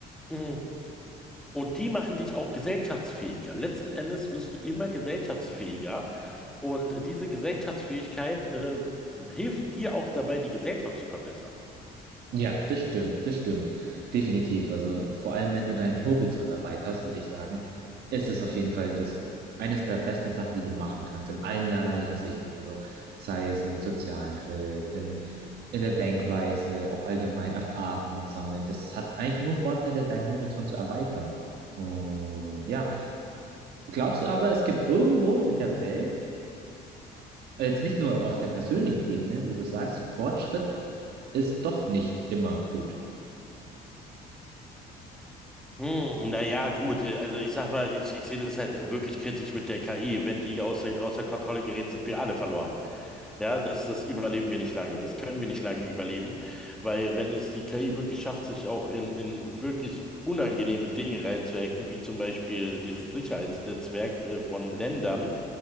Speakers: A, in the centre; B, on the right.
A: Mm. Und die machen dich auch gesellschaftsfähiger. Letzten Endes wirst du immer gesellschaftsfähiger und diese Gesellschaftsfähigkeit, äh, hilft dir auch dabei, die Gesellschaft zu verbessern.
B: Ja, das stimmt, das stimmt. Definitiv. Also vor allem, wenn du deinen Horizont erweiterst, würde ich sagen, ist es auf jeden Fall das, eines der besten Sachen, die du machen kannst, in allen allerlei Hinsichten. Also sei es im sozialen Feld, im, in der Denkweise, auch allgemein Erfahrungen sammeln. Das hat eigentlich nur Vorteile, deinen Horizont zu erweitern. Und ja, glaubst du aber, es gibt irgendwo in der Welt, jetzt nicht nur auf der persönlichen Ebene, wo du sagst, Fortschritt ist doch nicht immer gut.
A: Hm, naja, gut. äh, Also ich sag mal, ich, ich sehe das halt wirklich kritisch mit der KI. Wenn die außer, außer Kontrolle gerät, sind wir alle verloren. Ja, das, das überleben wir nicht lange. Das können wir nicht lange überleben, weil wenn es die KI wirklich schafft, sich auch in, in wirklich unangenehme Dinge reinzuhacken, wie zum Beispiel dieses Sicherheitsnetzwerk äh, von Ländern,